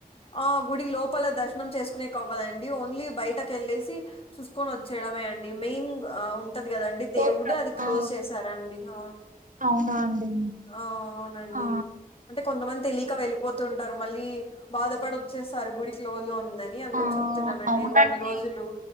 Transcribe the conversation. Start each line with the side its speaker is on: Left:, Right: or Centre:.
Left: ఆ గుడి లోపల దర్శనం చేసుకునేకి అవ్వాదండి ఓన్లీ బయటకేళ్ళేసి చూసుకొని వచ్చేయడమే అండి మెయిన్ ఉంటది కదండి
Right: గోపురం
Left: దేవుడు అది క్లోజ్
Right: ఆ
Left: చేశారండి అవును
Right: అవునా అండి
Left: అ అవునండి
Right: ఆ
Left: అంటే కొంతమంది తెలి కా వెళ్ళిపోతుంటారు మళ్ళీ బాధపడి వచ్చేస్తారు గుడి క్లోజ్లో ఉం దని అందుకు
Right: ఆ
Left: చెప్తున్నానండి
Right: అవునండి
Left: కొన్ని రోజులు